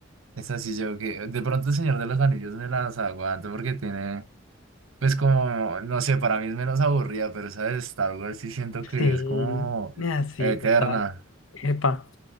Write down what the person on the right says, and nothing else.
Es así yo que de pronto el Señor de los Anillos me las aguanto porque tiene, pues como, no sé, para mí es menos aburrida, pero esa de Star Wars sí siento que
es como
eterna.